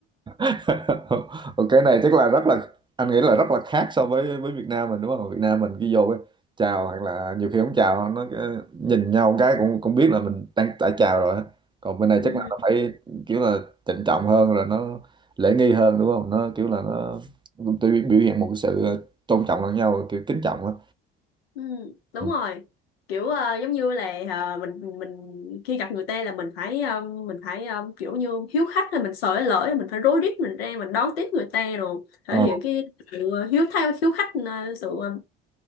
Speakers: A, on the right (about 15°); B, on the left (about 85°).
A: <laughs> cái này chắc là rất là anh nghĩ là rất là khác so với với Việt Nam mình đúng không? Việt Nam mình khi vô cái chào hoặc là nhiều khi không chào nó cái- nhìn nhau một cái cũng cũng biết là mình đang đã chào rồi á. Còn bên này
B: <laughs>
A: chắc là nó phải kiểu là trịnh trọng hơn rồi nó lễ nghi hơn đúng không? Nó kiểu là nó tự biểu hiện một cái sự tôn trọng lẫn nhau kiểu kính trọng á.
B: Ừ, đúng
A: Ừ.
B: rồi kiểu ờ, giống như là ờ, mình mình khi gặp người ta là mình phải ờ, mình phải ờ, kiểu như hiếu khách là mình sợ lỡ mình phải rối rít mình ra mình đón tiếp người ta rồi
A: Ờ,
B: thể hiện cái sự hiếu thao hiếu khách ờ, sự ờ,